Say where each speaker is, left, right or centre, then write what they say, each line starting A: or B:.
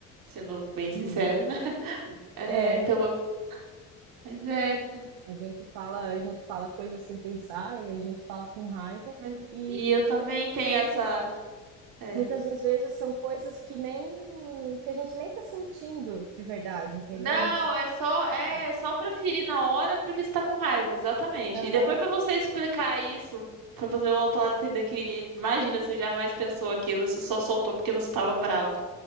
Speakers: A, on the right (about 60°); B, on the right (about 75°).
A: sendo bem sincero,
B: Uhum.
A: né? <laughs> É,
B: É.
A: então, eu- mas é,
B: A gente fala, a gente fala coisas sem pensar e a gente fala com raiva
A: mas-
B: e
A: e eu também
B: muitas das
A: tenho
B: vezes,
A: essa é,
B: muitas das vezes são coisas que nem que a gente nem tá sentindo de verdade, entendeu?
A: Não,
B: A gente só tá
A: é só
B: com
A: é
B: raiva.
A: só para ferir na hora porque você tá com raiva, exatamente.
B: Aham.
A: E depois pra você explicar isso, pra fazer o outro lado entender que, imagina, você jamais pensou aquilo, você só soltou porque você tava bravo.